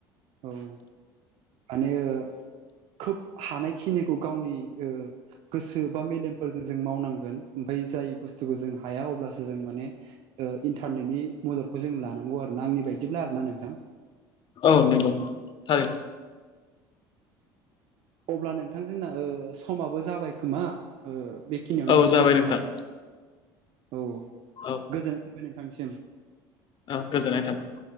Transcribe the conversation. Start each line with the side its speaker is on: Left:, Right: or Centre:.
Right: औ। माने ओ खोब हानायखिनिखौ गावनि ओ। गोसो बा मेलेमफोरजों जों मावनांगोन ओमफाय जाय बुस्थुखौ जों हाया अब्लासो जों माने। ओ इन्टारनेटनि मददखौ जों लानांगौ आर ना आंनि बायदिब्ला आर ना नोंथां।
Left: औ नंगौ थारैनो।
Right: अब्ला नोंथां जोंना ओ समाबो जाबाय खोमा ओ बेखिनियावनो
Left: औ जाबाय
Right: दोनथ'नाय।
Left: नोंथां
Right: औ।
Left: औ।
Right: गोजोननाय थाबबाय नोंथांनिसिम।
Left: ओ गोजोननाय थाबाय।